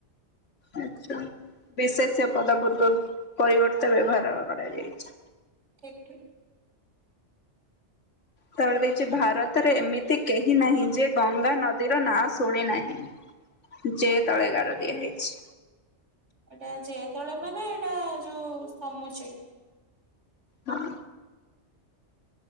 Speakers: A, on the left (about 85°); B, on the right (about 80°).
A: ଆଚ୍ଛା। ବିଶେଷ୍ୟ ପଦ ପରିବର୍ତ୍ତ ବ୍ୟବହାର କରାଯାଇଛି।
B: ଠିକ୍, ଠିକ୍।
A: ତା ପରେ ଦେଇଛି ଭାରତରେ ଏମିତି କେହି ନାହିଁ ଯେ ଗଙ୍ଗା ନଦୀର ନାଁ ଶୁଣେ ନାହିଁ। ଯେ ତଳେ ଗାର ଦିଆ ହେଇଛି।
B: ଏଇଟା ଯେ ତଳେମାନେ ଏଇଟା ଯୋଉ ସମୁଚେଇ।
A: ହଁ।